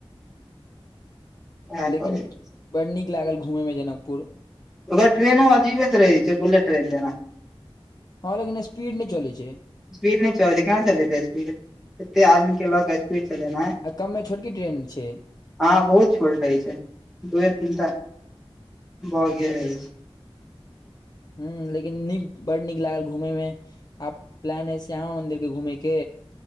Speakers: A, in the centre; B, on the left.
A: ओएह
B: लेकिन
A: करै छी।
B: बड़ नीक लागल घुमेैय मे जनकपुर।
A: ओकर ट्रेनो ओ अजीबेत रहै छै बुलेट ट्रेन जेना।
B: हँ लेकिन स्पीड नै चलै छै।
A: स्पीड नै चलै छै केना चलतै स्पीड एते आदमी के ले के स्पीड चलेनैय।
B: आ कममे छोटकी ट्रेन छै।
A: हँ बहुत छोट रहै छै दूए तीनटा बोगीये रहै छै।
B: हूँ लेकिन नीक बड नीक लागल घूमेैय मे। आब प्लेन है श्यामा मंन्दिर के घूमैय के